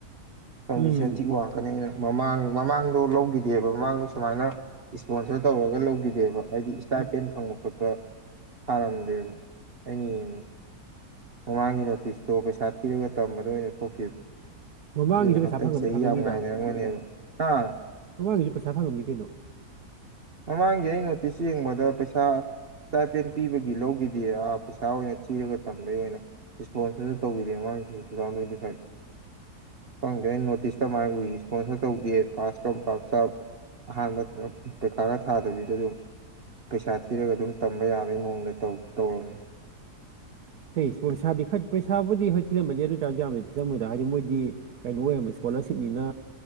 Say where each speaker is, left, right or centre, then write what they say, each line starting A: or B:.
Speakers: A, on the right; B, on the right.
A: ꯀꯟꯗꯤꯁꯟ
B: ꯎꯝ
A: ꯊꯤ ꯋꯥꯡꯀꯅꯤ ꯑꯩꯅ ꯃꯃꯥꯡ ꯃꯃꯥꯡꯗꯣ ꯂꯧꯈꯤꯗꯦꯕ ꯃꯃꯥꯡꯗꯣ ꯁꯨꯃꯥꯏꯅ ꯏꯁꯄꯣꯟꯁꯔ ꯇꯧꯔꯒ ꯂꯧꯈꯤꯗꯦꯕ ꯍꯥꯏꯗꯤ ꯏꯁꯇꯥꯥꯏꯠ
B: ꯎꯝ
A: ꯄꯦꯟ ꯐꯪꯕ ꯈꯣꯠꯄ ꯊꯥꯔꯝꯗꯦꯕ ꯑꯩꯅ ꯌꯦꯡꯕꯗ ꯃꯃꯥꯡꯒꯤ ꯅꯣꯇꯤꯁꯇꯣ ꯄꯩꯁꯥ ꯊꯤꯔꯒ ꯇꯝꯕꯗ ꯑꯣꯏꯅ ꯊꯣꯛꯈꯤꯕ
B: ꯃꯃꯥꯡꯒꯤꯁꯨ
A: ꯑꯗꯨꯅ ꯍꯟꯇꯛꯁꯦ
B: ꯄꯩꯁꯥ ꯐꯪꯉꯝ
A: ꯑꯩ
B: ꯐꯪꯉꯝꯅꯤꯗ
A: ꯌꯥꯝ ꯉꯥꯏꯅꯔꯝꯒꯨꯅꯦꯕ ꯍꯥ
B: ꯃꯃꯥꯡꯒꯤꯁꯨ ꯄꯩꯁꯥ ꯐꯪꯉꯝꯅꯤ ꯀꯩꯅꯣ
A: ꯃꯃꯥꯡꯒꯤ ꯑ ꯅꯣꯇꯤꯁ ꯌꯦꯡꯕꯗ ꯄꯩꯁꯥ ꯄꯦꯟ ꯄꯤꯕꯒꯤ ꯂꯧꯈꯤꯗ ꯑꯥ ꯄꯩꯁꯥ ꯑꯣꯏꯅ ꯊꯤꯔꯒ ꯊꯝꯕꯒꯤ ꯑꯣꯏꯅ ꯏꯁꯄꯣꯟꯁꯔꯁꯨ ꯇꯧꯕꯤꯔꯦ ꯃꯃꯥꯡꯁꯤ ꯇꯨ ꯊꯥꯎꯖꯟ ꯇ꯭ꯋꯦꯟꯇꯤ ꯐꯥꯏꯚꯇ ꯐꯪꯗꯦ ꯑꯩꯅ ꯅꯣꯇꯤꯁꯇ ꯃꯥꯥꯏ ꯎꯏ ꯏꯁꯄꯣꯟꯁꯔ ꯇꯧꯗꯦ ꯐꯥꯁ ꯀꯝ ꯐꯞ ꯆꯞ ꯑꯍꯥꯟꯕ ꯄꯩꯈꯥꯒ ꯊꯥꯗꯕꯤꯗ ꯑꯗꯨꯝ ꯄꯩꯁꯥ ꯊꯤꯔꯒ ꯑꯗꯨꯝ ꯇꯝꯕ ꯌꯥꯕꯒꯤ ꯃꯑꯣꯡꯗ ꯇꯧꯔꯝꯃꯤ
B: ꯍꯦ ꯏꯁ ꯄꯣꯁꯥꯗꯤ ꯈꯠ ꯄꯩꯁꯥꯕꯨꯗꯤ ꯍꯣꯏ ꯊꯤꯂꯝꯝꯃꯗꯤ ꯑꯗꯨ ꯆꯥꯔꯁꯨ ꯌꯥꯝꯅ ꯊꯤꯔꯝꯃꯣꯏꯗ ꯍꯥꯏꯗꯤ ꯃꯣꯏꯗꯤ ꯀꯩꯅꯣ ꯑꯣꯏꯔꯝꯃꯦ ꯏꯁꯀꯣꯂꯔꯁꯤꯞꯅꯤꯅ